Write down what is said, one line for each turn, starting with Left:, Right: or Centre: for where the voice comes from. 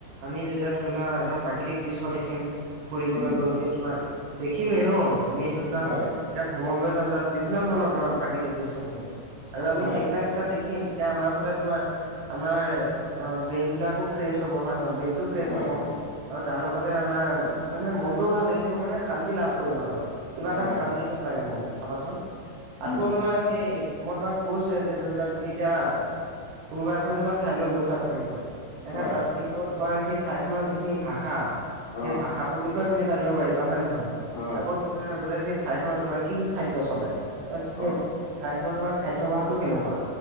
Right: আমি যেতিয়া ধৰি লোৱা এটা প্ৰাকৃতিক দৃশ্য দেখিম ফুৰিবলৈ
Left: উম
Right: গৈ মেলি তোমাৰ দেখিমেই ন আমি ধৰি লোৱা
Left: হয়
Right: যেতিয়া ভ্ৰমণ লৈ যাম তাত বিভিন্ন ধৰণৰ তোমাৰ প্ৰাকৃতিক দৃশ্য দেখিম আৰু আমি
Left: হয়
Right: সেইবিলাক
Left: হয়
Right: যেতিয়া দেখ- খিম তেতিয়া আমাৰ সৈতে তোমাৰ আমাৰ ব্ৰেইনবিলাকো ফ্ৰেছ হ'ব হয় নহয় ব্ৰেইন ফ্ৰেছ
Left: হয়
Right: হ'ব
Left: হয়
Right: আৰু তাৰ লগতে আমাৰ মানে মনটোও ভাল লাগি থাকিব মানে শান্তি লাভ কৰিম আৰু। কিবা
Left: হয়
Right: এটা শান্তি যেন লাগে মনটো চাবাচোন। আকৌ
Left: উম
Right: তোমাৰ সেই মই তোমাক কৈছোৱে যে ধৰি লোৱা তুমি এতিয়া কোনোবা এখন জেনিবা মানে ঠাইলৈ গৈছা ফুৰিবলে এনেহ
Left: হয়
Right: তাত
Left: হয়
Right: কি হ'ব তোমাৰ সেই ঠাইখনৰ যিখিনি ভাষা
Left: অ
Right: সেই ভাষাটোৰ বিষয় বিষয়ে তুমি জানিব পাৰিবা হয় নহয়।
Left: হয়
Right: আকৌ তোমাৰ বোলে সেই ঠাইখনত তোমাৰ কি কি খাদ্য চলে? তাত
Left: অ
Right: সেব ঠাই খনৰ তোমাৰ খাদ্যভাসটো কেনেকুৱা